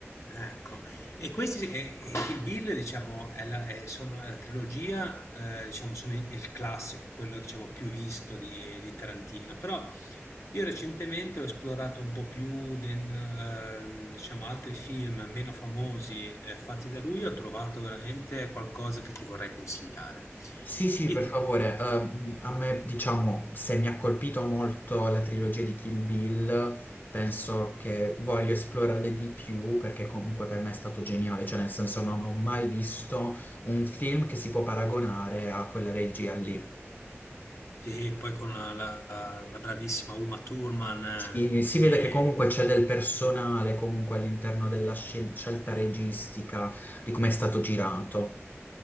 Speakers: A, on the left; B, on the left.
A: Ah, ecco. E questi, e, e Kill Bill, diciamo, è la, è- sono, la trilogia, eh, diciamo, sono il, il classico, quello, diciamo, più visto di, di Tarantino. Però io recentemente ho esplorato un po' più, den- ehm, diciamo, altri film meno famosi, eh, fatti da lui, ho trovato veramente qualcosa che ti vorrei consigliare.
B: Sì, sì,
A: Io
B: per
A: ti-
B: favore. Ehm, a me, diciamo, se mi ha colpito molto la trilogia di Kill Bill, penso che voglio esplorare di più perché comunque per me è stato geniale, cioè nel senso non ho mai visto un film che si può paragonare a quella regia lì.
A: sì, poi con la, la- la bravissima Uma Thurman,
B: Si, si
A: eh,
B: vede che comunque c'è del personale comunque all'interno della scel- scelta registica, di come è stato girato.